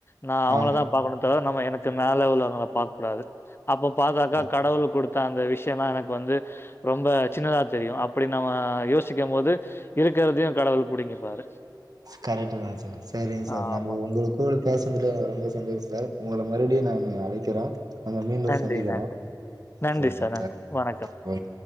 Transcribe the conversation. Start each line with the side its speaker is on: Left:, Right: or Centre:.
Left: நா அவங்கள
Right: ஆமா
Left: தா பாக்கணு தவிர நம்ம எனக் கு மேல உள்ளவங்கள பாக்க கூடாது அப்ப பாத்தாதா
Right: சார்
Left: கடவுள் குடுத்த அந்த விஷயலா எனக்கு வந்து ரொம்ப சின்னதா தெரியு அப்டி நம்ம யோசிக்கு போது இருக்குறதையு கடவுள் புடுங்கிப்பாரு
Right: கரெக்ட் தா சார் சரிங்க சார்
Left: ஆமா
Right: நம்ம உங்களுக் கூட பேசனதுலயே எனக்கு ரொம்ப சந்தோஷ சார் உங்கள மறுபடியு நானு அழைக்கிற நம்ம மீண்டு
Left: நன்றி
Right: சந்திக்கலா
Left: நன்றி நன்றி
Right: ஓகே
Left: சார் நன்றி
Right: சா
Left: வணக்கம்
Right: ஓ